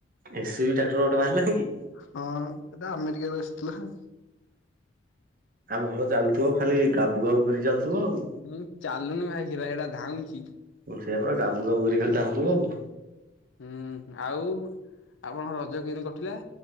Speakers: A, on the right; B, on the left.
A: ଏସି ବି ଟ୍ରାକ୍ଟର ଗୋଟେ ବାହାରି ଲାଣିକି।
B: ହଁ ଏଟା ଆମେରିକା ରୁ ଆସିଥିଲା।
A: ଆ ଭଲ ଚାଲୁଥିବ ଖାଲି ଗାବୁ ଗାବୁ କରି ଚାଲୁଥିବ ଆଉ।
B: ମୁଁ ଚାଲୁନି ଭାଇ ସେରା ହେଡା ଧାଉଁଛି।
A: ହଁ ସେୟାପା ଗାବୁ ଗାବୁ କରି ଖାଲି ଧାଉଁ ଥୁବ ଆଉ।
B: ହୁଁ ଆଉ ଆପଣଙ୍କ ରଜ କେମିତି କଟିଲା?